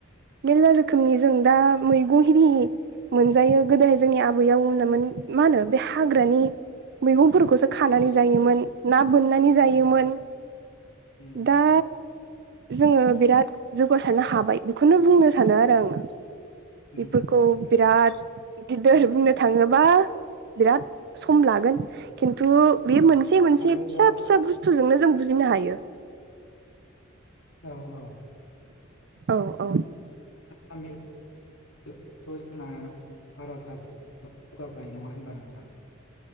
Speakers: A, on the right; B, on the left.
A: मेरला रोखोमनि जों दा मैगं खिनि मोनजायो गोदोहाय जोंनि आबैयाव होनोन मा होनो बे हाग्रानि मैगंफोरखौ खानानै जायोमोन ना बोननानै जायोमोन।
B: औ औ
A: दा जोङो बिराद जौगासारनो हाबाय बेखौनो बुंनो सानो आरो आङो
B: नंगौ
A: बेफोरखौ
B: थारैनो
A: बिराद गिदिर बुंनो थाङोबा बिराद सम लागोन। खिन्थु
B: औ
A: बे मोनसे मोनसे
B: आरो
A: फिसा
B: दा
A: फिसा बुस्थुजोंनो जों बुजिनो हायो।
B: औ औ
A: औ औ
B: ा म <unintelligible> <inaudible> थ' जोंना भारत हादराबो जौगाबाय नङा होनबा नोंथां।